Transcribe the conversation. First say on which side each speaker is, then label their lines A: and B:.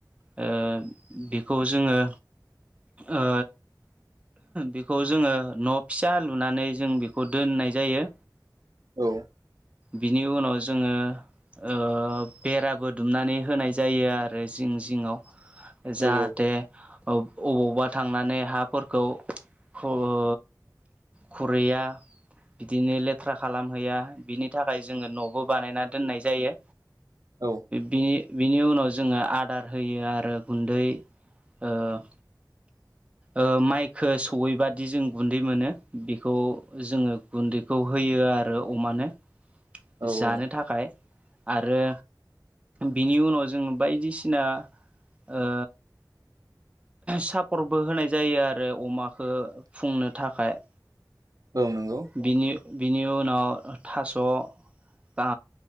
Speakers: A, on the right (about 15°); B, on the right (about 50°).
A: ओ बेखौ जोङो ओ बेखौ जोङो न' फिसा लुनानै जों बेखौ दोननाय जायो।
B: औ।
A: बिनि उनाव जोङो ओ बेराबो दुमनानै होनाय जायो आरो जिं जिंङाव। जाहाथे
B: औ
A: औ अबावबा थांनानै हाफोरखौ खु ओ खुरैया बिदिनो लेथ्रा खालामहैया बिनि थाखाय जोङो न'बो बानायना दोननाय जायो।
B: औ।
A: बि- बिनि उनाव जोङो आदार होयो आरो गुन्दै ओ- ओ माइखो सहैबादि जों गुन्दै मोनो। बेखौ जोङो गुन्दैखौ होयो आरो अमानो।
B: औ
A: जानो
B: औ
A: थाखाय। आरो बिनि उनाव जोङो बायदिसिना ओ सापरबो होनाय जायो आरो अमाखो फुंनो थाखाय।
B: औ नंगौ।
A: बिनि बिनि उनाव थास' ओ